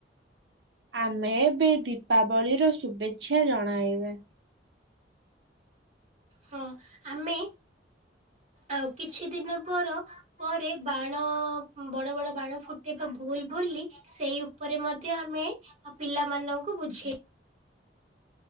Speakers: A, on the right; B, on the right.
A: ଆମେ ଏବେ ଦୀପାବଳିର ଶୁଭେଚ୍ଛା ଜଣାଇବା।
B: ହଁ ଆମେ ଆଉ କିଛି ଦିନ ପର ପରେ ବାଣ ବଡ ବଡ ବାଣ ଫୁଟେଇବା ଭୁଲ ବୋଲି ସେଇ ଉପରେ ମଧ୍ୟ ଆମେ ପିଲା ମାନଙ୍କୁ ବୁଝେଇ